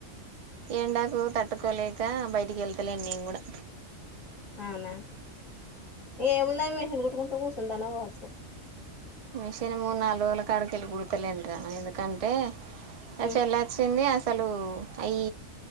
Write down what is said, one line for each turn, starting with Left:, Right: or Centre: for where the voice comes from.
Right: ఎండాకు తట్టుకోలేక బయటికి ఎళ్తలేను నేను కూడా.
Left: అవునా, ఏమున్నాయి మెషన్ కుట్టుకుంటూ కూసుంటాన వచ్చు
Right: మిషన్ మూడునాలుగు రోజుల కాడికెల్లి కుడతలేదురా, ఎందుకంటే? అ
Left: ఉమ్
Right: చెల్లొచ్చింది అసలు, అయ్